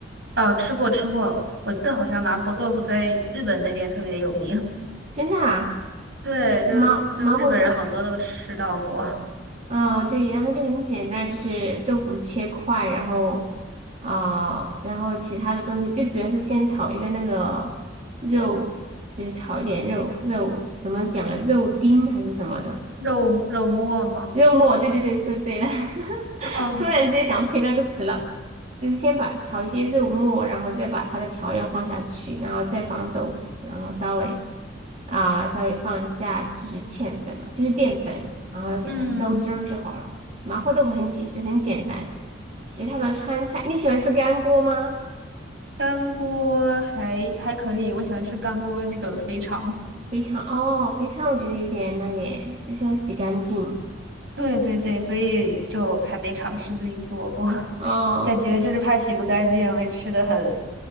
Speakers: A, on the right; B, on the right.
A: 哦，吃过吃过，我记得好像麻婆豆腐在日本那边特别有名。
B: 真的啊，
A: <laughs> 对，
B: 呃麻麻婆豆，
A: 就就日本人好多都吃到过
B: 啊，对，然后就很简单，就是豆腐切块，然后啊、然后其他的东西就主要是先炒一个那个肉，就是炒一点肉肉，怎么讲了，肉丁还是什么的。
A: 肉肉末嘛。
B: 肉默，对对对，说对了，<laughs>
A: 哦，
B: 突然之间想不起那个词了。就是先把炒一些肉末，然后再把它的调料放下去，然后再放豆腐，然后稍微啊、稍微放一下就是芡粉嘛，就是淀粉，然后给它收汁儿就好了。
A: 嗯，
B: 麻婆豆腐很其实很简单，其他的川菜你喜欢吃干锅吗？
A: 干锅还还可以，我喜欢吃干锅那个肥肠。
B: 肥肠哦，肥肠我觉得有点那个耶，就是要洗干净
A: 对对对，所以就还没尝试自己做过，<laughs>
B: 哦。
A: 感觉就是怕洗不干净，
B: 对，
A: 会吃的很